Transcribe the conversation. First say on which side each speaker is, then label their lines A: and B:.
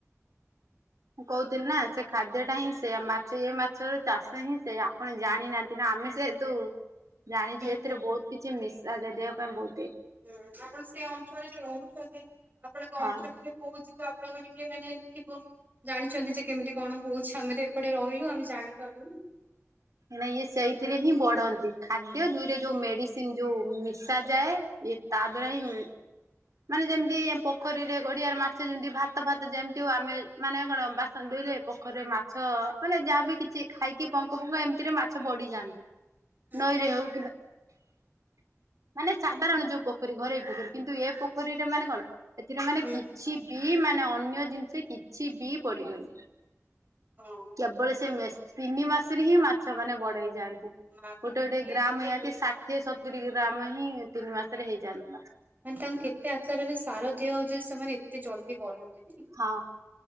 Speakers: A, on the right; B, on the right.
A: ମୁଁ କହୁଥିଲି ନାଁ ସେ ଖାଦ୍ୟଟା ହିଁ ସେଇଆ ମାଛ ଏ ମାଛର ଚାଷ ହିଁ ସେଇଆ ଆପଣ ଜାଣିନାନ୍ ତିନା ଆମେ ସେ ତୁ ଜାଣିଚି ଏଥିରେ
B: ହୁଁ
A: ବହୁତ କିଛି ମିଶା ଦେ ଦେହ ପାଇଁ ବହୁତ୍
B: ହୁଁ ଆପଣ ସେ ଅଞ୍ଚଳରେ ରହୁଛନ୍ତି ଆପଣଙ୍କ
A: ହଁ
B: ଅଞ୍ଚଳରେ କହୁଛି ତ ଆପଣଙ୍କର ଟିକେ ମାନେ ଥିବ। ଜାଣିଚନ୍ତି ଯେ କେମିତି କଣ ହଉଚି ଆମେ ତ ଏପଟେ ରହିଲୁ ଆମେ ଜାଣିପାରୁନୁ।
A: ନାଇଁ ଇଏ ସେଇଥିରେ ହିଁ ବଢନ୍ତି ଖାଦ୍ୟ ଦୁଇ ରେ
B: ହୁଁ
A: ଯୋଉ ମେଡିସ୍ ସିନ୍ ଯୋଉ ମିଶା ଯାଏ ଇଏ ତା
B: ହୁଁ
A: ଦ୍ଵାରା ହିଁ ମାନେ ଯେମିତି ଏଁ ପୋଖରୀରେ ଗଡିଆରେ ମାଛ ଯେମିତି ଭାତ ଫାତ ଯେମିତି ହଉ ଆମେ ମାନେ କଣ ବାସ୍ ସନ୍ ଦୁଇ ରେ ପୋଖରି ରେ ମାଛ ମାନେ ଯାହାବି କିଛି ଖାଇକି ପଙ୍କ ପୁଙ୍ଗ ଏମିତି ରେ ମାଛ ବଢିଯାଆନ୍ତି।
B: ହୁଁ
A: ନଈରେ ହଉ କି ବା ମାନେ ସାଧାରଣ ଯୋଉ ପୋଖରୀ ଘରେଇ ପୋଖରୀ କିନ୍ତୁ ଏ ପୋଖ୍ ପୋଖରୀରେ ମାନେ କଣ ଏଥିରେ ମାନେ
B: ହୁଁ
A: କିଛି ବି ମାନେ ଅନ୍ୟ ଜିନ୍ଷ କିଛି ବି ପଡିିବନି।
B: ହଁ।
A: କେବଳ ସେ ମେସ୍ ତିନି ମାସେରେ ହିଁ ମାଛ ମାନେ ବଡ ହେଇଯାଆନ୍ତି।
B: ମା ବି
A: ଗୋଟେ
B: ଯେତିକି
A: ଗୋଟେ ଗ୍ରାମ୍
B: ତାଙ୍କୁ
A: ଏନ୍ତି ଷାଠିଏ ସତୁରୀ ଗ୍ରାମ୍ ହିଁ ତିନି ମାସେରେ ହେଇଯାନ୍ତି।
B: ମାନେ ତାଙ୍କୁ କେତେ ଆକାରରେ ସାର ଦିଆ ହଉଚି ସେମାନେ ଏତେ ଜଲ୍ଦି ବଢନ୍ତି।
A: ହଁ